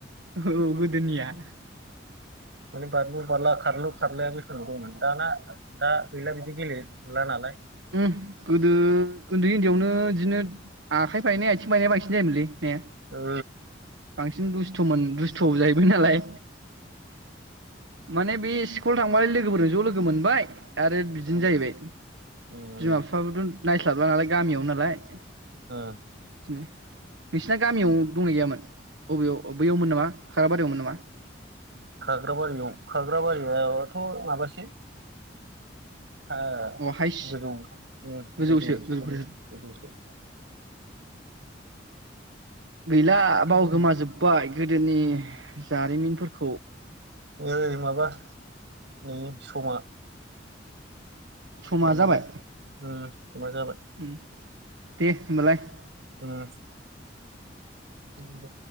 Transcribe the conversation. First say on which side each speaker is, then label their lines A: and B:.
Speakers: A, on the right; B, on the right.
A: औ गोदोनिया
B: माने बारलु बारला खारलु खारलाया बेसनाव दंमोन दाना दा गैला बिदि गेलेला नालाय
A: उम्म गोदो उन्दै उन्दैयावनो बिदिनो आखाइ बायनाय आथिं बायनाया बांसिन जायोमोनलै। ने
B: ओ
A: बांसिन दुस्थ'मोन दुस्थ' जाहैबाय नालाय माने बे स्कुल थांबालाय लोगोफोरजों ज' लोगो मोनबाय आरो बिदिनो
B: उम उम
A: जाहैबाय बिमा
B: उम
A: बिफाबोथ' नायस्लाबला नालाय गामियाव नालाय
B: ओ
A: नो नोंसिना गामियाव दंनाय गैयामोन? बबेयाव बैयावमोन नामा खाराबारियावमोन नामा?
B: खाग्राबारियाव खाग्राबारियाथ' माबासो हा
A: अ हाइस
B: गोजौ
A: गोजौसो
B: गोजौ
A: गोजौफोरसो
B: गोजौसो
A: गैला
B: उम
A: बाव गोमाजोब्बाय गो दोनि जारिमिनफोरखौ
B: ऐ माबा नै समा
A: समा
B: ओ
A: जाबाय
B: ओ समा जाबाय।
A: उम दे होनबालाय।
B: उम्म उम्म दे।